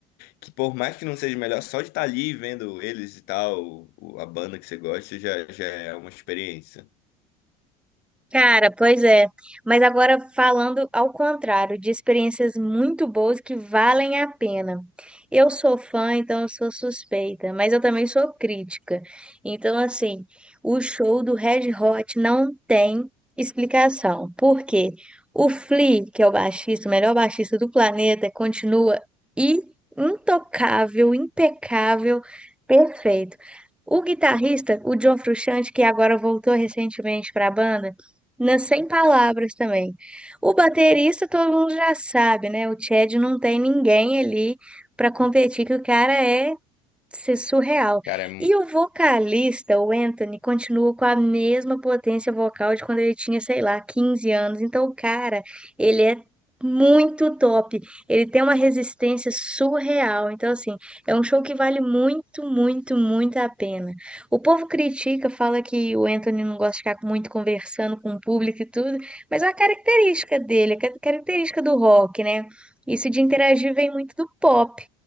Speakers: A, on the left (about 60°); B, in the centre.
A: Que por mais que não seja melhor, só de estar ali vendo eles e tal, o- a banda que você gosta, já, já é uma experiência.
B: Cara, pois é. Mas agora falando ao contrário, de experiências muito boas que valem a pena. Eu sou fã, então eu sou suspeita, mas eu também sou crítica. Então, assim, o show do Red Hot não tem explicação. Por quê? O Flea, que é o baixista, o melhor baixista do planeta, continua i- intocável, impecável, perfeito. O guitarrista, o John Frusciante, que agora voltou recentemente para a banda, nas sem palavras também. O baterista todo mundo já sabe, né? O Chad não tem ninguém ali para competir, que o cara é isso é surreal.
A: Cara,
B: E o vocalista, o Anthony, continua com a mesma potência vocal de quando ele tinha, sei lá, 15 anos. Então, o cara, ele é muito top. Ele tem uma resistência surreal. Então, assim, é um show que vale muito, muito, muito a pena. O povo critica, fala que o Anthony não gosta de ficar muito conversando com o público e tudo, mas é uma característica dele, é ca- característica do rock, né? Isso de interagir vem muito do pop.